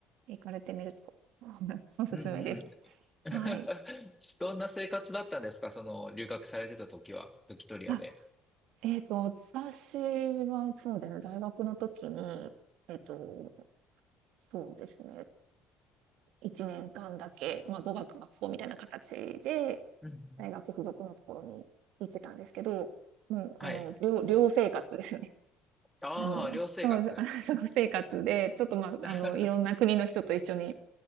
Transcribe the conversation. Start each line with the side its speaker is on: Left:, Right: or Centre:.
Right: 行かれてみると、<laughs> おすすめです。
Centre: うん、うん <laughs>
Right: はい。
Centre: どんな生活だったんですかその、留学されてた時は、ビクトリアで。
Right: あ、えっと、私はそうですね、大学の時に、えっと、そうですね。1年間だけ、まあ、語学学校みたいな形で、
Centre: うんうん。
Right: 大学付属のところに行ってたんですけど、もう、
Centre: はい。
Right: あの、寮、寮生活ですよね。<laughs>
Centre: ああ、
Right: あの、
Centre: 寮生活。
Right: そう、あ、その生活で、ちょっとまあ、
Centre: <laughs>
Right: あの、いろんな国の人と一緒に